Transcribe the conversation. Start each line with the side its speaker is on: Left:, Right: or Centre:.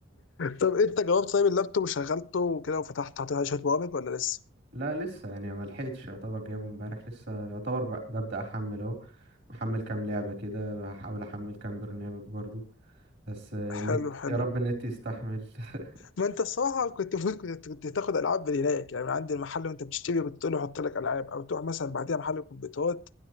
Left: طب انت جاوبت طيب اللابتوب وشغلته وكده وفتحت حطيت عليه شويه برامج ولا لسه؟
Right: لا لسه يعني ما لحقتش يعتبر جايبه امبارح لسه يعتبر ب- ببدأ احمل اهو محمل كام لعبة كده بحاول احمل كام برنامج برضو بس النت
Left: حلو حلو
Right: يا رب النت يستحمل <laughs>
Left: ما انت الصراحه كنت المفروض كنت كنت تاخد العاب من هناك يعني من عند المحل وانت بتشتري كنت تقول له حط لك العاب او تروح مثلا بعديها محل كمبيوترات